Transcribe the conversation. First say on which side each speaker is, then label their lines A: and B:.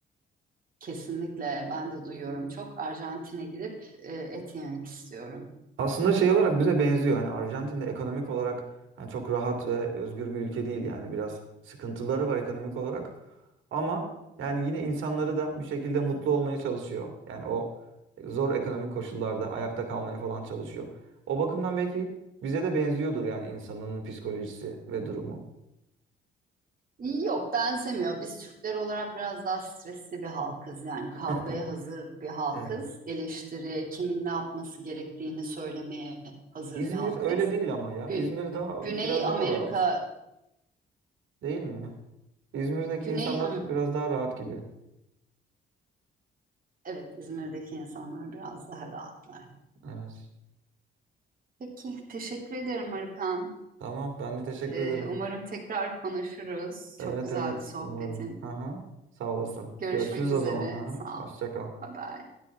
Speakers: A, on the right; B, on the right.
A: Kesinlikle ben de duyuyorum çok. Arjantin'e gidip e, et yemek istiyorum.
B: Aslında şey olarak bize benziyor. Hani Arjantin de ekonomik olarak hani çok rahat ve özgür bir ülke değil yani biraz sıkıntıları var ekonomik olarak. Ama yani yine insanları da bir şekilde mutlu olmaya çalışıyor. Yani o zor ekonomik koşullarda ayakta kalmaya falan çalışıyor. O bakımdan belki bize de benziyordur yani insanın psikolojisi ve durumu.
A: Yok benzemiyor. Biz Türkler olarak biraz daha stresli bir halkız. Yani kavgaya
B: <laughs>
A: hazır bir halkız.
B: Evet.
A: eleştiri kimin ne yapması gerektiğini söylemeye hazır
B: İzmir
A: bir halkız.
B: öyle değil ama ya.
A: Gü-
B: İzmir daha
A: Güney
B: biraz
A: Amerika,
B: daha rahat. Değil mi? İzmir'deki
A: Güney
B: insanlar biraz daha rahat gibi.
A: Evet, İzmir'deki insanlar biraz daha rahatlar.
B: Evet.
A: Peki, teşekkür ederim Arıkan.
B: Tamam, ben de teşekkür
A: Ee,
B: ederim.
A: umarım tekrar konuşuruz.
B: Evet
A: Çok güzeldi
B: evet
A: sohbetin.
B: umarım. Hı hı. Sağ olasın.
A: Görüşmek
B: Görüşürüz o
A: üzere.
B: zaman. Hı
A: Sağ
B: hı. Hoşça
A: ol.
B: kal.
A: Bye bye.